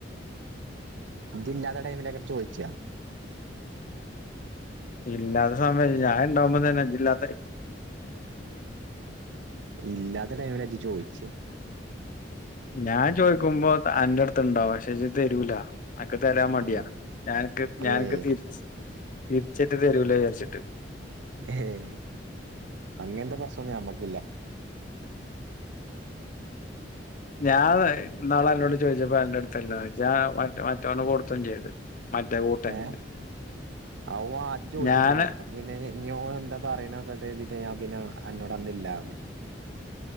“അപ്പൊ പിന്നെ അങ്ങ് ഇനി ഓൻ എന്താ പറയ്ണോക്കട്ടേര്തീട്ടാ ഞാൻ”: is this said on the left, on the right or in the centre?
Right